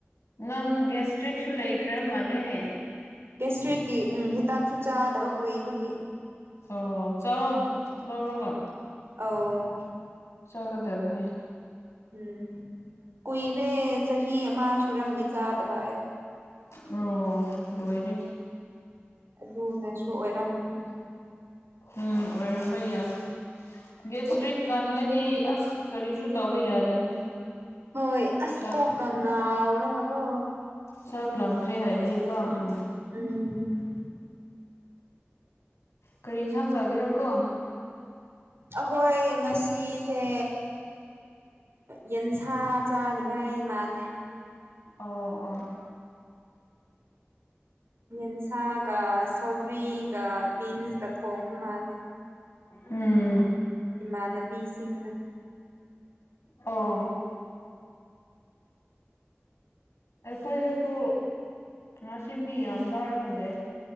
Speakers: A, on the left; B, on the right.
A: ꯅꯪ ꯒꯦꯁꯇ꯭ꯔꯤꯛꯁꯨ ꯂꯩꯈ꯭ꯔ ꯃꯥꯜꯂꯦꯅꯦ
B: ꯗꯤꯁꯇ꯭ꯔꯤꯛꯀꯤ ꯎꯝ ꯍꯤꯗꯥꯛꯁꯨ ꯆꯥꯗꯕ ꯀꯨꯏꯕꯒꯤ
A: ꯑꯣ ꯆꯥꯎ ꯂꯧꯔꯒ
B: ꯑꯧ
A: ꯆꯒꯗꯕꯅꯤ
B: ꯎꯝ ꯀꯨꯏꯔꯦ ꯆꯍꯤ ꯑꯃ ꯁꯨꯔꯝꯅꯤ ꯆꯥꯗꯕ ꯑꯩ
A: ꯑꯣ ꯂꯣꯏꯔꯦ
B: ꯑꯗꯨꯅꯁꯨ ꯑꯣꯏꯔꯝꯅꯤ
A: ꯎꯝ ꯑꯣꯏꯔꯝꯕ ꯌꯥꯏ ꯒꯦꯁꯇ꯭ꯔꯤꯛ ꯀꯜꯂꯗꯤ ꯑꯁ ꯀꯔꯤꯁꯨ ꯇꯧꯕ ꯌꯥꯗꯕꯅꯤ
B: ꯍꯣꯏ ꯑꯁ
A: ꯆꯥꯛ
B: ꯀꯣꯀ ꯉꯥꯎꯔꯒꯀꯣ
A: ꯆꯛꯂꯝꯈ꯭ꯔꯦ ꯍꯥꯏꯔꯗꯤꯀꯣ ꯎꯝ
B: ꯎꯝ
A: ꯀꯔꯤ ꯌꯦꯟꯁꯥꯡ ꯆꯥꯒꯦꯔꯥ ꯀꯣ
B: ꯑꯈꯣꯏ ꯉꯁꯤꯁꯦ ꯌꯦꯟꯁꯥ ꯆꯥꯅꯤꯡꯉꯩ ꯃꯥꯜꯂꯤ
A: ꯑꯣ ꯑꯣ
B: ꯌꯦꯟꯁꯥꯒ ꯁꯧꯒ꯭ꯔꯤꯒ ꯕꯤꯟꯁꯀ ꯊꯣꯡ ꯃꯥꯂ
A: ꯎꯝ
B: ꯏꯃꯥꯟꯅꯕꯤꯁꯤꯡꯅ
A: ꯑꯣ
B: ꯑ <inaudible>
A: ꯑꯩꯈꯣꯏꯗꯁꯨ ꯉꯁꯤ ꯃꯤ ꯌꯥꯝ ꯂꯥꯎꯔꯒꯂꯦ